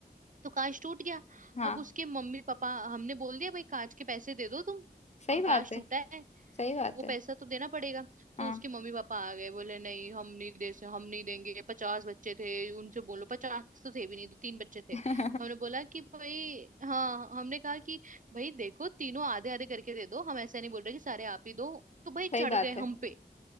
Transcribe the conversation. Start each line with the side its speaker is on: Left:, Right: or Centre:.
Right: तो कांच टूट गया
Left: हाँ
Right: अब उसके मम्मी पापा हमने बोल दिया भाई कांच के पैसे दे दो तुम
Left: सही
Right: प-
Left: बात
Right: कांच
Left: है
Right: टूटा है
Left: सही बात
Right: वो पैसा
Left: है
Right: तो देना पड़ेगा तो
Left: हाँ
Right: उसके मम्मी पापा आ गए बोले नहीं हम नहीं दे से हम नहीं देंगे पचास बच्चे थे उनसे बोलो पचास तो थे भी नहीं तो तीन बच्चे थे
Left: <laughs>
Right: तो हमने बोला कि भाई हाँ हमने कहा कि भाई देखो तीनों आधे आधे करके दे दो हम ऐसा नहीं बोल रहे कि सारे आप ही दो तो भाई
Left: सही
Right: चढ़
Left: बात
Right: गए हम
Left: है
Right: पे